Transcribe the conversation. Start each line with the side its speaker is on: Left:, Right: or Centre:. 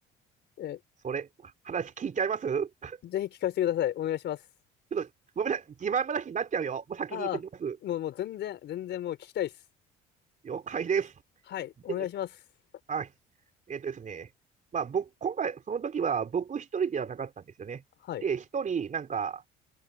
Left: え
Right: それ、話聞いちゃいますち
Left: ーぜひ聞かせてください。お願いします。
Right: ょっと、ごめんなさい。自慢話になっちゃうよ。もう先に言っときます。
Left: ああ、もう、もう全然、全然もう聞きたいです。
Right: 了解です。
Left: はい。
Right: でね、
Left: お願いします。
Right: はい。えーとですね、まあ、僕、今回、その時は僕一人ではなかったんですよね。
Left: はい。
Right: で、一人、なんか、